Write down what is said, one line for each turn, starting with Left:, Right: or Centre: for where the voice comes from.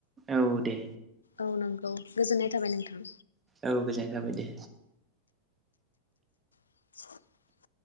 Right: औ दे।
Left: औ नंगौ गोजोननाय थाबाय नोंथां।
Right: औ गोजोननाय थाबाय दे।
Left: <inaudible>